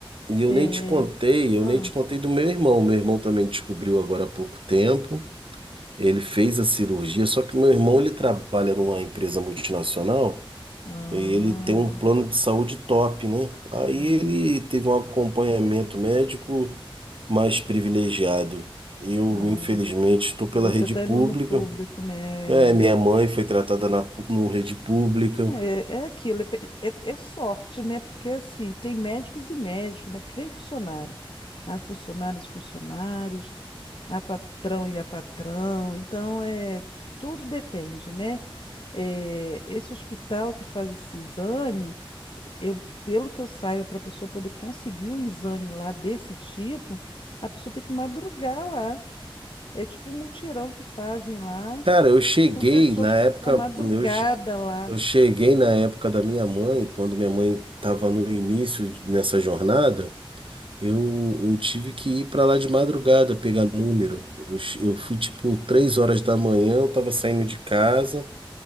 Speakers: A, on the right; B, on the left.
A: E eu
B: É.
A: nem te contei, eu
B: Ah.
A: nem te contei do meu irmão. Meu irmão também descobriu agora há pouco tempo. Ele fez a cirurgia, só que meu irmão, ele trabalha numa empresa multinacional
B: Ah,
A: Ele tem um plano de saúde top, né? Aí
B: hum,
A: ele teve um acompanhamento médico mais privilegiado. Eu,
B: ah.
A: infelizmente, estou pela
B: Você
A: rede
B: tá
A: pública.
B: indo no público, né?
A: É, minha mãe foi tratada na pu- no rede pública.
B: É, é aquilo, é, pe- é- é sorte, né? Porque assim, tem médicos e médicos, né? Que nem funcionário. Há funcionários e funcionários, há patrão e há patrão. Então, é, tudo depende, né? É, esse hospital que faz esse exame, eu, pelo que eu saiba, para a pessoa poder conseguir um exame lá desse tipo, a pessoa tem que madrugar lá. É tipo um mutirão que fazem lá.
A: Cara, eu cheguei
B: E são pessoas
A: na
B: que
A: época,
B: ficam a madrugada
A: eu, che-
B: lá.
A: eu cheguei na época da minha mãe, quando minha mãe estava no início nessa jornada. Eu, eu tive que ir para lá de madrugada pegar número. Eu, che- eu fui tipo três horas da manhã, eu tava saindo de casa